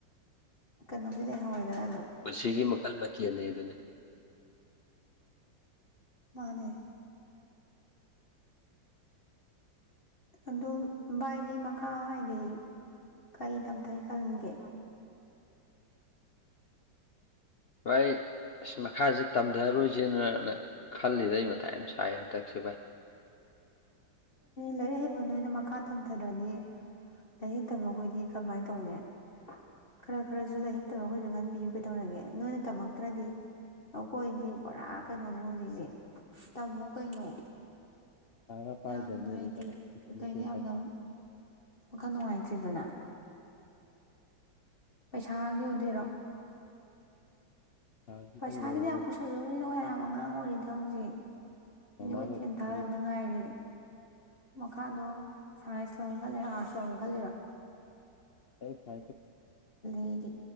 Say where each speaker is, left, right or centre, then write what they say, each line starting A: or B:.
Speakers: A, on the left; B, on the left.
A: ꯀꯅꯣꯝꯗꯤ ꯂꯩꯍꯧꯔꯦꯗꯅ ꯫
B: ꯄꯨꯟꯁꯤꯒꯤ ꯃꯈꯜ ꯃꯊꯦꯟꯅꯦ ꯗꯨꯅꯦ꯫
A: ꯃꯥꯅꯦ ꯑꯗꯨ ꯚꯥꯏꯗꯤ ꯃꯈꯥ ꯍꯥꯏꯗꯤ ꯀꯩ ꯇꯝꯊꯩ ꯈꯟꯒꯦ꯫
B: ꯑꯩ ꯑꯁ ꯃꯈꯥꯖꯦ ꯇꯝꯘꯔꯣꯏꯖꯦꯅꯅ ꯈꯜꯂꯤꯗ ꯑꯩ ꯃꯊꯥꯏ ꯌꯥꯝ ꯁꯥꯏꯌꯦ ꯍꯟꯗꯛꯁꯦ ꯚꯥꯏ꯫
A: ꯂꯥꯏꯔꯤꯛ ꯍꯩꯕ ꯅꯣꯏꯅ ꯃꯈꯥ ꯊꯝꯊꯗ꯭ꯔꯗꯤ ꯂꯥꯏꯔꯤꯛ ꯍꯩꯇꯕꯈꯣꯏꯗꯤ ꯀꯃꯥꯏꯅ ꯇꯧꯅꯤ ꯈꯔ ꯈꯔꯖꯨ ꯂꯩꯥꯏ ꯍꯩꯇꯕ ꯑꯩꯈꯣꯏꯖꯨ ꯈꯟꯕꯤꯌꯨ ꯀꯩꯗꯧꯔꯒꯦ ꯅꯣꯏꯅ ꯇꯝꯃꯛꯇ꯭ꯔꯗꯤ ꯑꯈꯣꯏꯗꯤ ꯄꯨꯔꯥ ꯀꯩꯅꯣꯅꯦ ꯑꯣꯏꯗꯣꯏꯖꯦ꯫ ꯇꯝꯃꯣ ꯀꯩꯅꯣ꯫
B: ꯄꯩꯁꯥꯒ ꯄꯥꯏꯗꯕꯅꯤ
A: ꯌꯥꯝꯅ ꯍꯥꯏꯗꯤ
B: ꯏꯃꯥꯅ ꯃꯇꯦꯡ
A: ꯀꯩꯅꯣ ꯌꯥꯝꯅ
B: ꯈꯔ ꯄꯥꯡ
A: ꯋꯥꯈꯜ ꯅꯨꯡꯉꯥꯏꯇ꯭ꯔꯤꯗꯨꯅ꯫ <unintelligible> ꯄꯩꯁꯥꯒꯤ ꯑꯣꯏꯗꯣꯏꯔꯣ꯫
B: ꯁꯥꯏꯟꯁꯀꯤꯁꯨ
A: ꯄꯩꯁꯥꯒꯤꯗꯤ
B: ꯑꯣꯏꯔꯦ
A: ꯌꯥꯝ
B: ꯑꯗꯩ
A: ꯎꯁꯜꯂꯨꯒꯤꯅꯣꯍꯦ ꯌꯥꯝ ꯑꯉꯥꯡ ꯑꯣꯏꯔꯤꯗ ꯍꯧꯖꯤꯛ꯫ ꯍꯥꯏꯗꯤ
B: ꯃꯃꯥ
A: ꯈꯣꯏ
B: ꯕꯕꯥꯁꯨ
A: ꯇꯦꯟ ꯊꯥ ꯂꯩꯕꯗ ꯉꯥꯏꯔꯤ꯫ ꯃꯈꯥꯗꯣ ꯁꯥꯏꯟꯁ ꯂꯧꯒꯦ ꯈꯜꯂꯤꯔꯥ ꯑꯥꯔꯠꯁ ꯂꯧꯒꯦ ꯈꯜꯂꯤꯔꯥ꯫
B: <unintelligible> ꯁꯥꯏꯟꯁ
A: ꯑꯩꯗꯤ